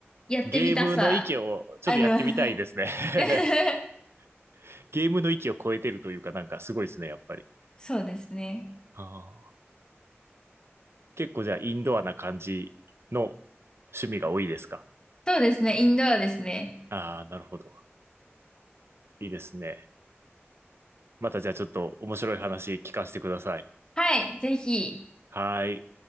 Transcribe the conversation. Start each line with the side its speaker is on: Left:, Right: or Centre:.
Left: やってみたさ、
Right: ゲームの域をちょっとやってみたいですね。
Left: あります。<laughs>
Right: <laughs> ゲームの域を超えてるというか、なんかすごいですね、やっぱり。
Left: そうですね。
Right: ああ、結構じゃあインドアな感じの趣味が多いですか。
Left: そうですね、インドアですね。
Right: ああー、なるほど。いいですね。またじゃあちょっと面白い話聞かせてください。
Left: はい、ぜひ。
Right: はーい。